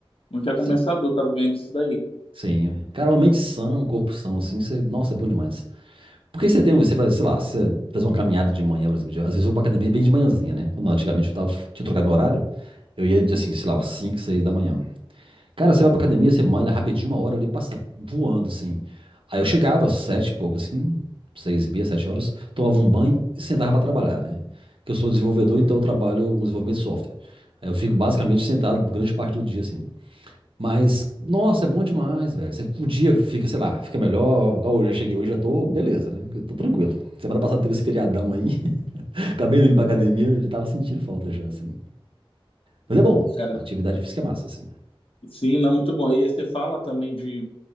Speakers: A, on the left; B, on the right.
A: muito recompensador,
B: Cê-
A: tá vendo isso daí.
B: Sim, cara, uma mente sã, um corpo são, assim, você, nossa, é bom demais. Porque você tem, você faz, sei lá, você faz uma caminhada de manhã, por exemplo, de- às vezes eu vou pra academia bem de manhãzinha, né? Quando Antigamente eu tava, tinha trocado meu horário, eu ia de, assim, sei lá, umas 5, 6 da manhã. Cara, você vai pra academia, você malha rapidinho, uma hora ali, passa voando, assim. Aí eu chegava, sete e pouco, assim, seis e meia, sete horas, tomava um banho e sentava pra trabalhar, né? Que eu sou desenvolvedor, então eu trabalho com desenvolvimento de software. Aí eu fico basicamente sentado grande parte do dia, assim. Mas, nossa, é bom demais, velho. Você, o dia fica, sei lá, fica melhor. Igual eu já cheguei hoje, já tô, beleza, né? Eu tô tranquilo. Semana passada teve esse feriadão aí, <laughs> acabei indo pra academia, eu já tava sentindo falta já, assim. Mas é bom,
A: Ô, cara,
B: uma atividade física é massa, assim.
A: sim, não, muito bom. E aí você fala também de